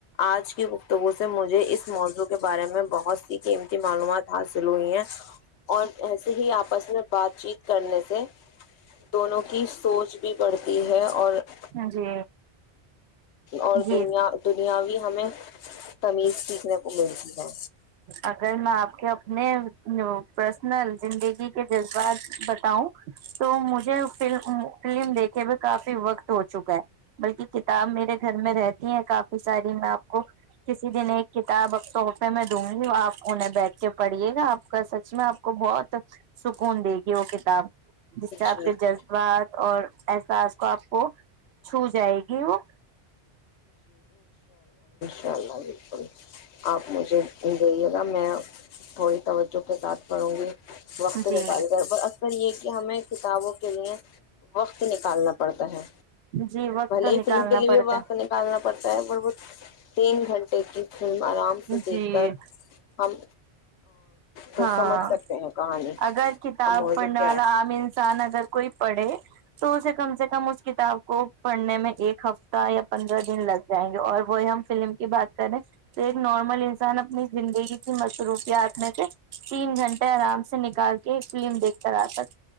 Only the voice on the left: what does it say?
آج کی گفتگو سے مجھے اس موضوع کے بارے میں بہت سی قیمت معلومات حاصل ہوئی ہیں اور ایسے ہی آپس میں بات چیت کرنے سے دونوں کی سوچ بھی پڑتی ہے اور <unintelligible>
اور
دنیا دنیا بھی ہمیں تمیز سیکھنے کو ملتی ہے
جی
اناء اللہ بالکل آپ مجھے دیئیے گا میں تھوڑی توجہ کے ساتھ پڑھوں گی وقت
نکال کر پر اکثر یہ کہ ہمیں کتابوں کے لیے وقت نکالنا پڑتا ہے
بھلے
ہی
فلم کے لیے بھی
وقت نکالنا پڑتا ہے ببہت تین گھنٹ <unintelligible> کی فلم آرام
سے دیکھ
کر ہم تو
سمجھ سکتے ہیں کہانی
کا موضوع
کیا
ہے